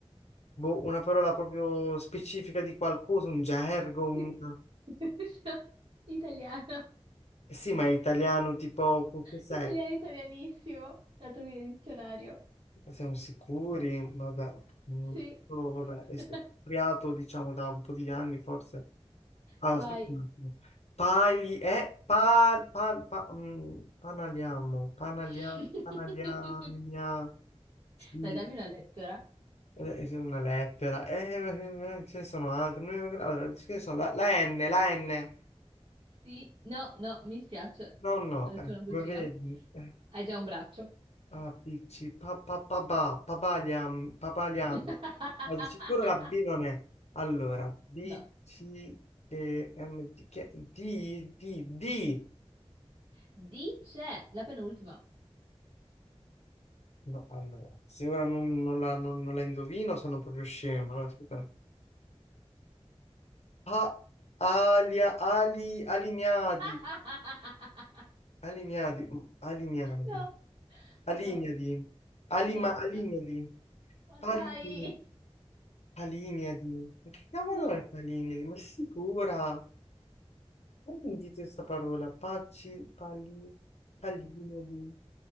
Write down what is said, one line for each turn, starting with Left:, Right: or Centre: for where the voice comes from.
Left: Boh, una parola proprio specifica di qualcosa, un gergo, un...
Right: Sì. <laughs> Italiano.
Left: Eh Sì, ma è italiano, tipo, co- cos'è?
Right: Italiano italianissimo, la trovi nel dizionario.
Left: Siamo sicuri? Vabbè. Mm,
Right: Sì.
Left: oh, vabbè, è
Right: <laughs>
Left: è creato, diciamo, da un po' di anni, forse. Ah,
Right: Vai.
Left: aspetta un attimo. Pagli... Eh, pa, pa, pa, mm, panaliamo, panalia-
Right: <laughs>
Left: panaliagna, sì,
Right: Dai, dammi una lettera.
Left: eh, è una lettera. Eh, eh, eh, ce ne sono altre. Noi- Allora, ce ne sono la la N, la N.
Right: Sì, no, no, mi spiace.
Left: No, no,
Right: Ho detto
Left: eh,
Right: una bugia.
Left: come vedi, eh,
Right: Hai già un braccio.
Left: ABC, pa, pa, pa, pa, papaliam, papaliam.
Right: <laughs>
Left: Ma di sicuro la B non è. Allora, B,
Right: No.
Left: C, E, M, D, che- D, D, D.
Right: Dice la penultima.
Left: No, allora, se ora non, non la, non- non la indovino sono proprio scemo. Allora, aspetta. A, alia, ali, alimiadi,
Right: <laughs>
Left: alimiadi, mm, alimiadi,
Right: No,
Left: alimiadi,
Right: no,
Left: alima,
Right: no.
Left: alimiadi,
Right: Ma
Left: alimiadi.
Right: dai,
Left: Palimiadi, ma che cavolo
Right: no.
Left: è Palimiadi? Ma sei sicura? Mai sentito questa parola? Pacci, pali, Palimiadi.